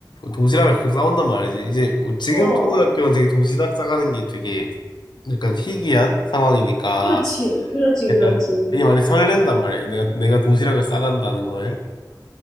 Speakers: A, on the left; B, in the centre.
A: 도시락을 가끔 싸운단 말이지. 이제 지금
B: 어,
A: 초등학교는 되게 도시락 싸가는 게 되게 약간 희귀한 상황이니까
B: 그렇지. 그렇지,
A: 약간
B: 그렇지.
A: 되게 많이 설렌단 말이야. 내가 내가 도시락을 싸간다는 거에.